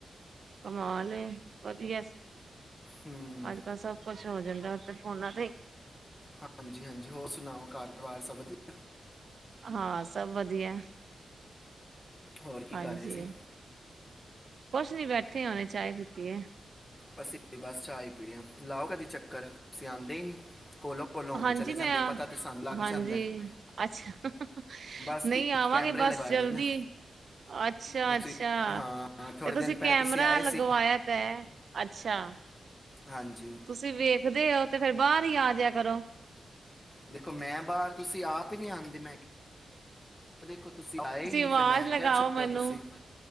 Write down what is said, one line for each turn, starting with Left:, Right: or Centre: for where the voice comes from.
Right: ਕਮਾਲ ਏ ਵਧੀਆ
Left: ਹੂੰ
Right: ਅੱਜ ਕੱਲ ਸਭ ਕੁਛ ਹੋ ਜਾਂਦਾ। ਤੇ ਫੋਨਾਂ ਤੇ ਹੀ
Left: ਹਾਂਜੀ ਹਾਂਜੀ ਹੋਰ ਸੁਣਾਓ ਘਰ ਬਾਰ ਸਭ ਵਧੀਆ
Right: ਹਾਂ ਸਭ ਵਧੀਆ
Left: ਹੋਰ ਕੀ
Right: ਹਾਂਜੀ
Left: ਕਰ ਰਹੇ ਸੀ
Right: ਕੁਛ ਨੀ ਬੈਠੇ ਉਠੀ ਆ ਚਾਹ ਪੀਤੀ ਹੈ ਹਲੇ
Left: ਅਸੀਂ ਬਸ ਚਾਹ ਹੀ ਪੀ ਰਹੇ ਹਾਂ ਲਾਓ ਕਦੀ ਚੱਕਰ ਤੁਸੀਂ ਆਦੇ ਹੀ ਨਹੀਂ ਕੋਲੋਂ ਕੋਲੋਂ ਹੋ ਕੇ
Right: ਹਾਂਜੀ
Left: ਚਲੇ ਜਾਂਦੇ
Right: ਮੈਂ
Left: ਹੋ ਪਤਾ ਤੇ ਸਾਨੂੰ ਲੱਗ ਜਾਂਦਾ
Right: ਹਾਂਜੀ
Left: ਹੈ।
Right: ਅੱਛਾ
Left: ਬਸ
Right: ਨਹੀਂ
Left: ਕੀ
Right: ਆਵਾਂਗੇ
Left: ਕੈਮਰੇ
Right: ਬਸ
Left: ਲਗਵਾਏ
Right: ਜਲਦੀ
Left: ਦੇਣ ਨਾ
Right: ਅੱਛਾ
Left: ਤੁਸੀਂ
Right: ਅੱਛਾ
Left: ਹਾਂ ਥੋੜੇ
Right: ਤੇ ਤੁਸੀਂ
Left: ਦਿਨ ਪਹਿਲੇ
Right: ਕੈਮਰਾ
Left: ਆਏ
Right: ਲਗਵਾਇਆ
Left: ਸੀ
Right: ਤਾਂ ਅੱਛਾ
Left: ਹਾਂਜੀ
Right: ਤੁਸੀਂ ਵੇਖਦੇ ਹੋ ਤੇ ਫੇਰ ਬਾਹਰ ਹੀ ਆ ਜਿਆ ਕਰੋ
Left: ਦੇਖੋ ਮੈਂ ਬਾਹਰ ਤੁਸੀਂ ਆਪ ਹੀ ਨਹੀਂ ਆਂਦੇ ਮੈਂ ਦੇਖੋ ਤੁਸੀਂ ਆਏ ਨਹੀਂ
Right: ਆਵਾਜ਼
Left: ਫਿਰ ਮੈਂ
Right: ਲਗਾਓ
Left: ਕਿਹਾ
Right: ਮੈਨੂੰ
Left: ਤੁਸੀਂ